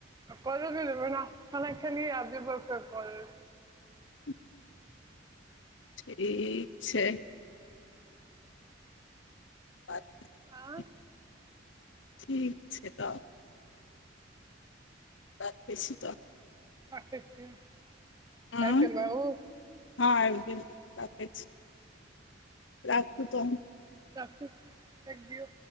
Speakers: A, on the right (about 20°); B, on the left (about 70°).
A: क को खान खेलिय आब जेबय फेर काॅलेज
B: <inaudible> ठीक छै ब
A: आँय
B: <inaudible> ठीक छै तऽ राखे छी त
A: राखे छै आबि
B: हँ
A: गेल बायोत
B: हँ आब गेल राखै छी राखू तऽ
A: राखू रैख दिओ